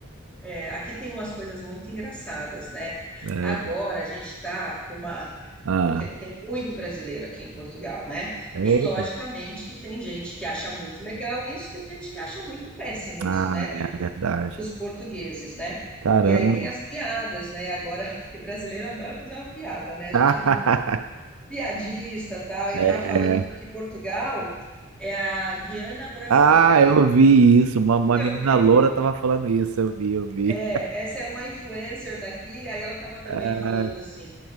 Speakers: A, in the centre; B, on the right.
A: É, aqui tem umas coisas muito engraçadas, né?
B: É.
A: Agora a gente está com uma.
B: Ah,
A: Porque tem muito brasileiro aqui em Portugal, né?
B: eita.
A: E logicamente que tem gente que acha muito legal isso, tem gente que acha muito péssimo isso,
B: Ah,
A: né? Digo,
B: é
A: do-
B: verdade.
A: dos portugueses, né?
B: Caramba.
A: E aí tem as piadas, né? Agora, <laughs> que brasileiro adora fazer uma piada, né? A
B: <laughs>
A: gente é muito piadista, tal. Ele
B: É.
A: estava falando que Portugal é a Guiana brasileira.
B: Ah,
A: <laughs>
B: eu vi isso. Uma, uma
A: Você
B: menina
A: ouviu
B: loura tava falando isso. Eu vi, eu vi.
A: É, essa é uma influencer daqui, aí ela estava também
B: Ah,
A: falando
B: ah.
A: assim: